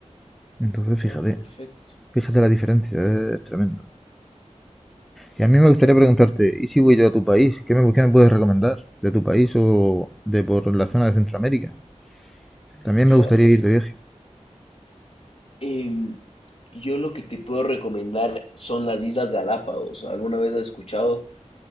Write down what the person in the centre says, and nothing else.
Entonces fíjate,
fíjate la diferencia, eh, es tremendo. Y a mí me gustaría preguntarte, ¿y si voy yo a tu país? ¿Qué me, qué me puedes recomendar de tu país o de por la zona de Centroamérica? También
me gustaría ir de viaje.